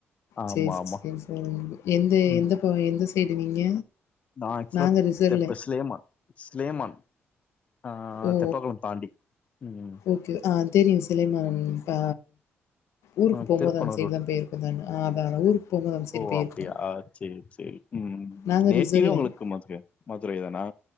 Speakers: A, on the left; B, on the left.
A: ஆமா
B: சேரி
A: ஆமா
B: சேரி சேரி எந்த
A: ம்
B: எந்த இப்போ எந்த சைடு நீங்க
A: நா ஆக்சுவல
B: நாங்க ரிசர்வ்ல.
A: தெப்ப ஸ்லேமா ஸ்லேமா அ
B: ஓ!
A: தெப்பக்குலோ தாண்டி ம்
B: ஓகே ஆ தெரியு ஸ்லேமா இப்ப ஊருக்கு
A: ஆ
B: போகுபோது
A: திருப்பனூர்
B: அந்த சைடு
A: ரோட்ல
B: தா பொயிருக்கே அதா ஊருக்கு போம்போது அந்த சைடு
A: ஓ
B: போயிருக்கோம்.
A: அப்டியா சேரி சேரி ம்
B: நாங்க
A: நேட்டிவ்வே
B: ரிசர்வ் லைன்.
A: உங்ளுக்கு மதுரையா மதுரை தானா